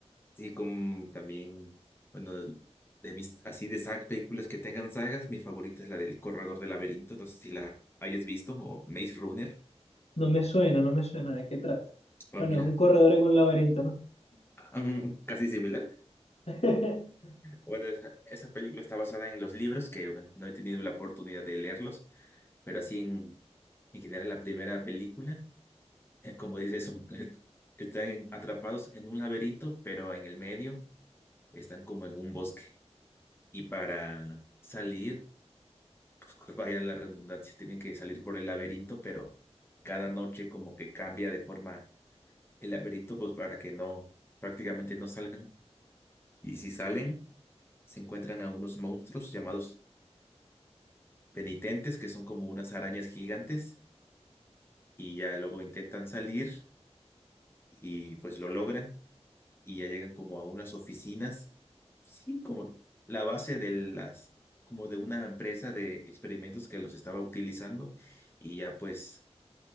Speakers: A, on the left (about 20°); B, on the left (about 65°).
A: Sí, como también, bueno, de mis, así de sagas, películas que tengan sagas, mi favorita es la del Corredor del Laberinto. No sé si la hayas visto o Maze Runner.
B: No me suena, no me suena de qué trata.
A: Ah,
B: Bueno,
A: mira,
B: es un corredor en un laberinto, ¿no?
A: ah, <laughs> mm, casi similar.
B: <laughs>
A: Bueno, esa, esa película está basada en los libros que, bueno, no he tenido la oportunidad de leerlos, pero así en, en general la primera película, eh, como dices, son- <laughs> están atrapados en un laberinto, pero en el medio están como en un bosque. Y para salir, pues <laughs> vaya la redundancia, tienen que salir por el laberinto, pero cada noche como que cambia de forma el laberinto, pues para que no, prácticamente no salgan. Y si salen, se encuentran a unos monstruos llamados penitentes, que son como unas arañas gigantes, y ya luego intentan salir y pues lo logran y ya llegan como a unas oficinas, sí, como la base de las, como de una empresa de experimentos que los estaba utilizando y ya pues